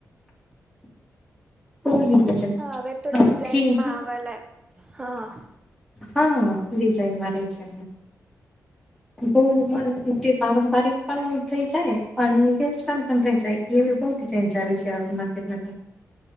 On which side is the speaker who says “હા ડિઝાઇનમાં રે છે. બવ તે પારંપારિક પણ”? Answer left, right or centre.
Centre